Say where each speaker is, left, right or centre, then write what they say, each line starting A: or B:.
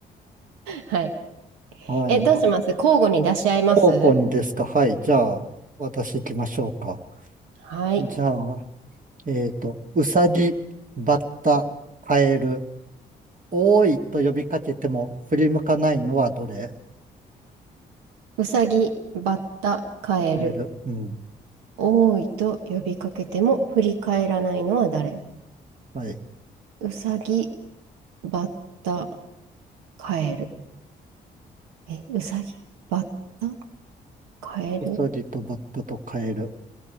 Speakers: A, on the right; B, on the right.
A: はい。
B: はい。
A: え、どうします交互に出し合います
B: 方向にですか。はい。じゃあ、私行きましょうか。
A: はい。
B: じゃあ、えっと、うさぎ、バッタ、カエル、おーいと呼びかけても振り向かないのはどれ
A: うさぎ、バッタ、カエル。
B: カエル。うん。
A: 多いと呼びかけても振り返らないのは誰
B: はい。
A: うさぎ、バッタ、カエル。え、うさぎ、バッタ、カエル。
B: ウサギとバッタとカエル。